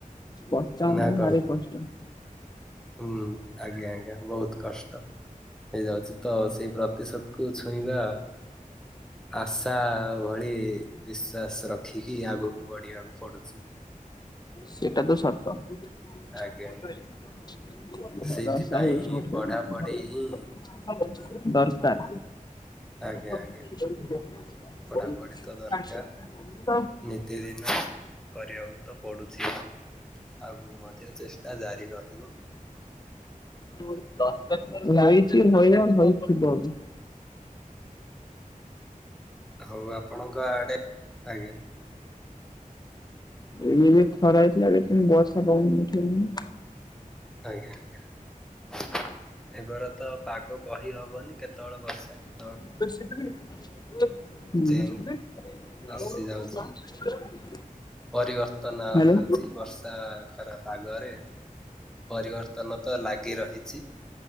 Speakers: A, on the left (about 30°); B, in the centre.
A: ପଞ୍ଚମ
B: ନା
A: ଟା
B: କଣ?
A: ଭାରି କଷ୍ଟ।
B: ହୁଁ ଆଜ୍ଞା ଆଜ୍ଞା ବହୁତ କଷ୍ଟ। ଏଇ <inaudible> ସେଇ ପ୍ରତିଶତ କୁ ଛୁଇଁବା ଆଶା ଭଳି ବିଶ୍ୱାସ ରଖିକି ଆଗକୁ ବଢ଼ିବାକୁ ପଡ଼ୁଛି।
A: ସେଇଟା ତ ସତ। <unintelligible>
B: ଆଜ୍ଞା ଆଜ୍ଞା। ସେଇଥିପାଇଁ ପଢାପଢି ହିଁ
A: ଦରକାର।
B: ଆଜ୍ଞା
A: <unintelligible>
B: ଆଜ୍ଞା ପଢାପଢି ତ ଦରକାର ନିତିଦିନ କରିବାକୁ ତ ପଡୁଛି। ଆଗକୁ ମଧ୍ୟ ଚେଷ୍ଟା ଜାରିରହିବ।
A: <inaudible> ହୋଇଛି ହୋଇବ ହୋଇଥିବ ବି। <inaudible>
B: ଆଉଁ ଆପଣଙ୍କ ଆଡେ ଆଜ୍ଞା।
A: ଏଇନେ ଖରା ହେଇଥିଲା ଏବେ ପୁଣି ବର୍ଷା ପବନ ଉଠେଇଲାଣି।
B: ଆଜ୍ଞା ଆଜ୍ଞା। ମେଘର ତ ପାଗ କହି ହବନି କେତେବେଳେ ବର୍ଷା କେତେ
A: <inaudible>
B: ଚେଞ୍ଜ
A: <inaudible>
B: ଆସି ଯାଉଛି ପରିବର୍ତ୍ତନ
A: ହ୍ୟାଲୋ
B: ହଉଛି ବର୍ଷା ଖରା ପାଗରେ। ପରିବର୍ତ୍ତନ ତ ଲାଗି ରହିଛି।